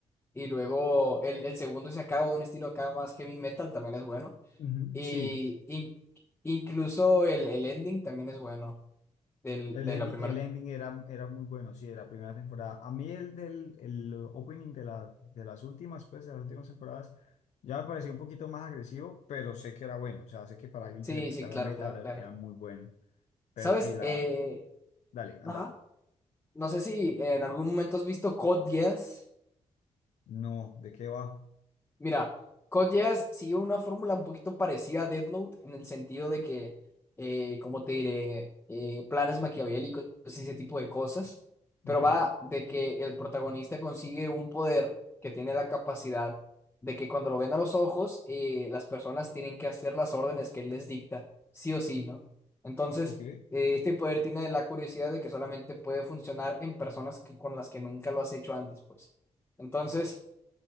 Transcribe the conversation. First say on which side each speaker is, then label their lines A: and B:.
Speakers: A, on the left; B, on the left.
A: y luego el, el segundo se acaba de un estilo acá más heavy metal, también es bueno.
B: Ujú,
A: Y
B: Sí,
A: in- incluso el, el ending también es bueno del,
B: El
A: de
B: ending,
A: la primera.
B: el ending era, era muy bueno, sí, de la primera temporada. A mí el del el opening de, la, de las últimas, pues, de las últimas temporadas, ya me pareció un poquito más agresivo, pero sé que era bueno. O sea, sé que para alguien
A: Sí,
B: que le gustara
A: sí, claro,
B: el meta
A: claro,
B: era,
A: claro.
B: era muy bueno. Pero
A: ¿Sabes?
B: sí, la...
A: Eh,
B: Dale, anda.
A: ajá. No sé si en algún momento has visto Code Geass.
B: No, ¿de qué va?
A: Mira, Code Geass sigue una fórmula un poquito parecida a Death Note en el sentido de que, eh, como te diré, eh, planes maquiavélicos y ese tipo de cosas, pero
B: Ok,
A: va de que el protagonista consigue un poder que tiene la capacidad de que cuando lo ven a los ojos, eh, las personas tienen que hacer las órdenes que él les dicta, sí o sí, ¿no? Entonces,
B: ok,
A: eh, este poder tiene la curiosidad de que solamente puede funcionar en personas que- con las que nunca lo has hecho antes, pues. Entonces,